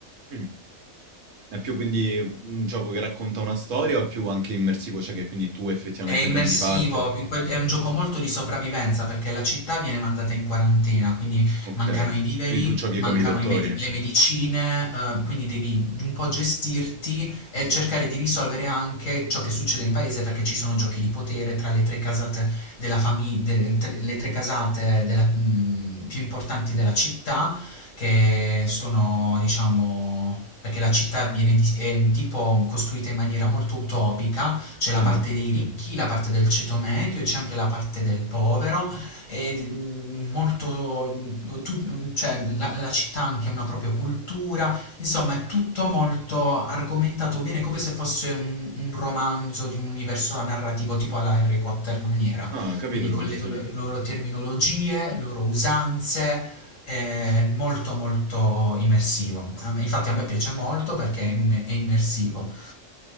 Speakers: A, on the right (about 70°); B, on the left (about 70°).
A: mh. È più quindi un gioco che racconta una storia o è più anche immersivo, cioè che quindi tu effettivamente
B: È immersivo,
A: prendi parte?
B: in quel è un gioco molto di sopravvivenza perché la città viene mandata in quarantena, quindi
A: Okay.
B: mancano i viveri,
A: Quindi tu giochi
B: mancano
A: come i dottori.
B: i medi- le medicine, eh, quindi devi un po' gestirti e cercare di risolvere anche ciò che succede in paese perché ci sono giochi di potere tra le tre casate della fami- de- tre- le tre casate della- mh, più importanti della città che sono, diciamo, perché la città viene di- è tipo costruita in maniera molto utopica c'è la
A: Ah-ah.
B: parte dei ricchi, la parte del ceto medio, c'è anche la parte del povero e mh, molto, mm, tu- mm, cioè, la, la città ha anche una propria cultura, insomma è tutto molto argomentato bene come se fosse un, un romanzo di un universo narrativo tipo alla Harry Potter maniera,
A: Ah, ho capito,
B: quindi
A: ho
B: con
A: capito,
B: le
A: sì.
B: do- loro terminologie, le loro usanze, è molto molto immersivo. A me- Infatti a me piace molto perché è im- è immersivo.